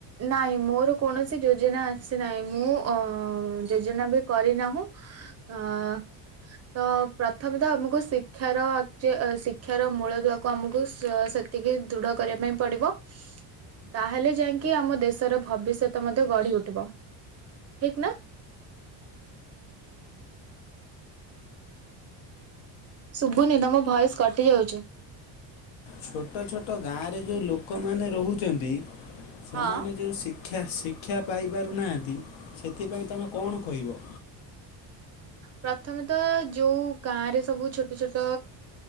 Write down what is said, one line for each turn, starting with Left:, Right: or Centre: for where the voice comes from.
Right: ନାଇଁ ମୋର କୌଣସି ଯୋଜନା ଆସିନାହିଁ, ମୁଁ ଅଁ ଯୋଜନା ବି କରିନାହୁଁ ଅଁ ତ ପ୍ରଥମେ ତ ଆମକୁ ଶିକ୍ଷାର ଆଚ୍ ଶିକ୍ଷାର ମୂଳ ଦୁଆକୁ ଆମକୁ ସେତିକି ଦୃଢ କରିବା ପାଇଁ ପଡିବ। ତାହେଲେ ଯାଇ କି ଆମ ଦେଶର ଭବିଷ୍ୟତ ମଧ୍ୟ ଗଢି ଉଠିବ ଠିକ ନା। ଶୁଭୁନି ତମ ଭଏସ କଟି ଯାଉଛି।
Left: ଛୋଟ ଛୋଟ ଗାଁରେ ଯୋଉ ଲୋକମାନେ ରହୁଚନ୍ତି। ସେମାନେ
Right: ହଁ।
Left: ଯୋଉ ଶିକ୍ ଶିକ୍ଷା ଶିକ୍ଷା ପାଇପାରୁନାହାନ୍ତି। ସେଥିପାଇଁ ତମେ କଣ କହିବ?
Right: ପ୍ରଥମେତ ଯୋଉ ଗାଁରେ ସବୁ ଛୋଟ ଛୋଟ